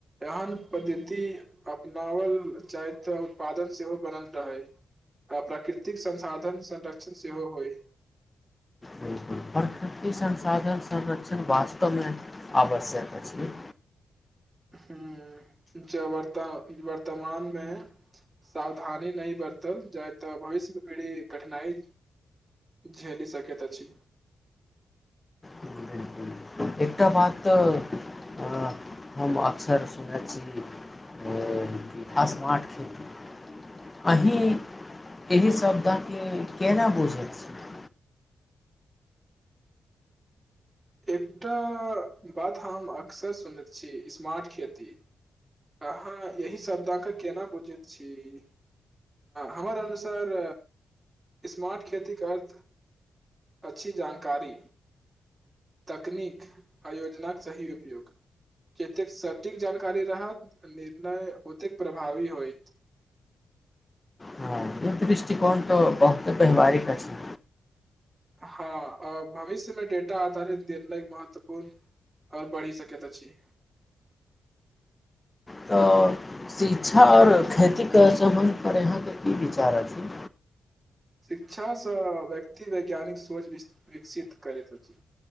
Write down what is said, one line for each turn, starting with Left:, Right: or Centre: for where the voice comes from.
Right: एहन पद्धति अपनाओल जाय त उत्पादन सेहो बनल रहै आ प्राकृतिक संसाधन संरक्षण सेहो होय
Left: बिल्कुल प्रकृति संसाधन संरक्षण वास्तवमे आवश्यक अछि
Right: ह्म ज वर्त वर्तमानमे सावधानी नहि बरतल जाय तऽ भविष्यके पीढ़ी कठिनाइ झेलि सकैत अछि
Left: बिलकुल एकटा बात कहुं हम अक्सर सुनने छी कि स्मार्ट खेती अही एहि शब्दे केना बुझैत छी
Right: एकटा बात हम अक्सर सुनैत छी स्मार्ट खेती अहाँ यही शब्देँ केना बुझैत छी हमर अनुसार स्मार्ट खेतीक अर्थ अछि जानकारी तकनीक आ योजनाक सही उपयोग जतेक सटीक जानकारी रहत निर्णय ओतेक प्रभावी होयत
Left: हँ ई दृष्टिकोण तऽ बहुते व्यवहारिक अछि
Right: हँ भविष्यमे डेटा आधारित निर्णय महत्वपूर्ण आओर बढ़ि सकैत अछि
Left: तऽ शिक्षा आओर खेतीके सम्बन्धपर अहाँके की विचार अछि
Right: शिक्षासँ व्यक्ति वैज्ञानिक सोच विकसित करैत अछि